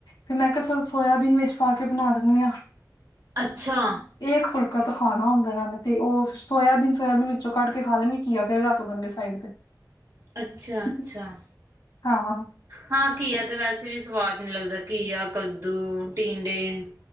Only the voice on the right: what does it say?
ਅੱਛਾ।
ਅੱਛਾ
ਅੱਛਾ
ਹਾਂ ਘੀਆ ਤੇ ਵੈਸੇ ਵੀ ਸਵਾਦ ਨਹੀਂ ਲੱਗਦਾ। ਘੀਆ, ਕੱਦੂ, ਟੀਂਡੇ,